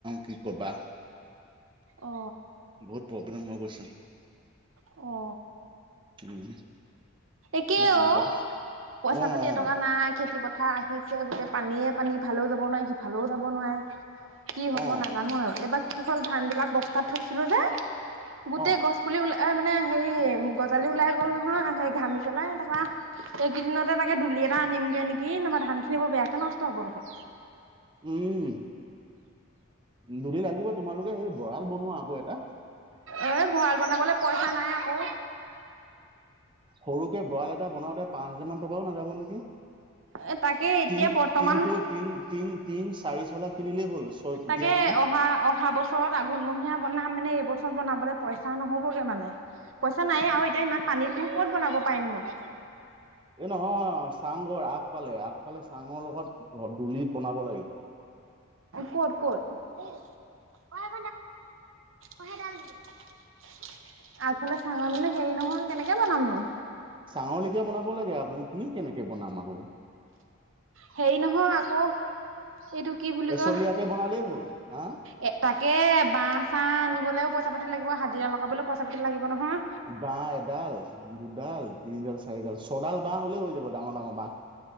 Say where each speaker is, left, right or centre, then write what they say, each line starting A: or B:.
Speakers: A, on the right; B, on the right.
A: কি কবা
B: অ
A: বহুত প্ৰব্লেম হৈ গৈছে
B: অ
A: উম
B: একে
A: হয় তেনেকুৱা
B: অ পইচা
A: অ
B: পাতি
A: অ
B: এটকা নাই খেতি পথাৰ আহিছে গোটেই পানীয়ে পানী ইফালেও যাব নোৱাৰে সিফালেও যাব নোৱাৰে কি হব
A: অ
B: নাজানো আৰু এইবাৰ কি হ'ল ধান বিলাক বস্তাত থৈছিলো যে গোটেই
A: অ
B: গছ পুলি ওলা ই মানে হেই গজালি ওলাই গ'ল নহয় সেই ঘামি পেলাই তাপা এইকেইদিনতে তাকে দুলি এটা আনিমগে নেকি নোবা ধান খিনি বৰ বেয়াকে নষ্ট হ'ব দেখোন
A: উম ধূলি লাগিব তোমালোকে সেই ভঁৰাল বনোৱা আকৌ এটা
B: এ ভঁৰাল বনাবলৈ পইচা নাই আকৌ
A: সৰুকে ভৰাঁল এটা বনাওতে পাঁচ হাজাৰ মান টকাও নাযাব নেকি
B: এ তাকে এতিয়া
A: টি
B: বৰ্তমান
A: টিং টোু টিং টিং টিং চাৰি চলা কিনিলেই হ'ল ছয়ফুটীয়া
B: তাকে
A: টিং
B: অহা অহা বছৰত আঘলমহীয়া বনাম মানে এইবছৰত বনাব লে পইচা নহবগে মানে পইচা নাই আৰু এতিয়া ইমান পানীত ক'ত বনাব পাৰিম নো
A: এ নহয় চাংঘৰ আগ পালে আগ পালে চাঙৰ লগত ধ দলি বনাব লাগে
B: ক'ত ক'ত আগফালে চাঙনিলো হেৰি নহল কেনেকে বনাম ন
A: চাঙৰল কিয় বনাম লাগে আকৌ কি কেনেকে বনাম আকৌ
B: সেই নহয় আকৌ এইটো কি বুলি
A: এচলীয়াকে
B: কয়
A: বনালেই হ'ল হা
B: এ তাকে বাঁ চাহ আনবলৈও পইচা পাতি লাগিব হাজিৰা লগাবলৈ পইচাতি লাগিব নহয়।
A: ব এডাল দুডাল তিনিডাল চাৰিডাল ছডাল বাহ হ'লেই হৈ যাব ডাঙৰ ডাঙৰ বাহ